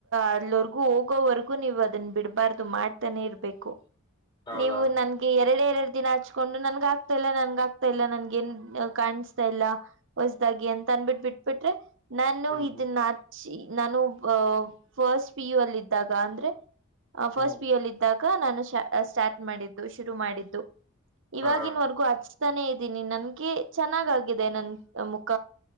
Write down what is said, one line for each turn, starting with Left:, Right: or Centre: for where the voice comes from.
Right: ಅಲ್ಲವರ್ಗೂ ಹೋಗೋವರ್ಗೂ ನೀವು ಅದನ್ನ ಬಿಡ್ಬಾರ್ದು ಮಾಡ್ತಾನೆ ಇರ್. ಬೇಕು
Left: ಹೌದಾ
Right: ನೀವು ನನ್. ಎರಡೆ ಎರಡು ದಿನ ಹಚ್ಕೊಂಡು ನನ್ಗ ಆಗ್ತಾ ಇಲ್ಲ ನನ್ಗ ಆಗ್ತಾ ಇಲ್ಲ ನನ್ಗ ಏನ್ ಕಾಣಿಸ್ತಾ ಇಲ್ಲ. ಹೊಸ್ದಾಗಿ ಎಂತ ಅನ್ಬಿಟ್ಟ ಬಿಟ್ಬಿಟ್ರೆ. ನಾನು
Left: ಹ್ಮ್
Right: ಇದನ್ನಚ್ಚಿ ನಾನು ಫಸ್ಟ್ ಪಿ ಯು ಅಲ್ಲಿ ಇದಿದ್ದಾಗ ಅಂದ್ರೆ. ಫಸ್ಟ್
Left: ಹ್ಮ್
Right: ಪಿಯುಲಿ ಇದ್ದಾಗ ನಾನು ಸ್ಟಾರ್ಟ್ ಮಾಡಿದ್ದು ಶುರು ಮಾಡಿದ್ದು. ಇವಾಗಿವಾಗಿನ್ವರ್ಗೂ
Left: ಹಾ
Right: ಹಚ್ತಾನೇ ಇದ್ದೀನಿ ನನ್ಗೆ ಚೆನ್ನಾಗಾಗಿದೆ ನನ್ ಮುಖ.